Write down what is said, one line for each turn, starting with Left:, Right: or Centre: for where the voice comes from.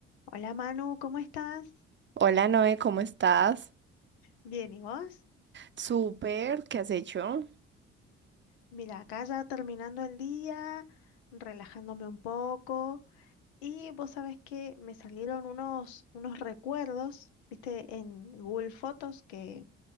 Left: Hola Manu, ¿cómo estás?
Right: Hola Noé, ¿cómo estás?
Left: Bien, ¿y vos?
Right: Súper, ¿qué has hecho?
Left: Mira, acá ya terminando el día, relajándome un poco. Y vos sabés que me salieron unos, unos recuerdos, viste, en Google Fotos que